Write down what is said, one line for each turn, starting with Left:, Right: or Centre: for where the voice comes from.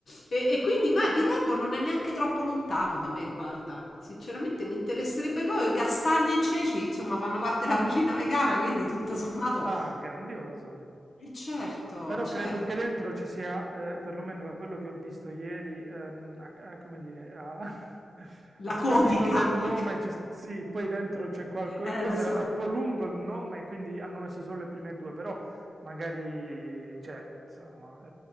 Left: E, e quindi, beh, Viterbo non è neanche troppo lontano da me, guarda. Sinceramente mi interesserebbe proprio. Castagne e ceci, insomma, fanno parte della cucina vegana, quindi tutto sommato...
Right: Ah, grandioso.
Left: E certo,
Right: Però credo
Left: certo.
Right: che dentro ci sia, eh, perlomeno da quello che ho visto ieri, ehm, a- a- come dire, a, <laughs> a
Left: La
Right: scapito
Left: codica.
Right: del
Left: <laughs>
Right: nome, ci, sì, poi dentro c'è qualcosa,
Left: Eh,
Right: forse
Left: lo so.
Right: era troppo lungo il nome, quindi hanno messo solo le prime due, però magari, cioè, insomma,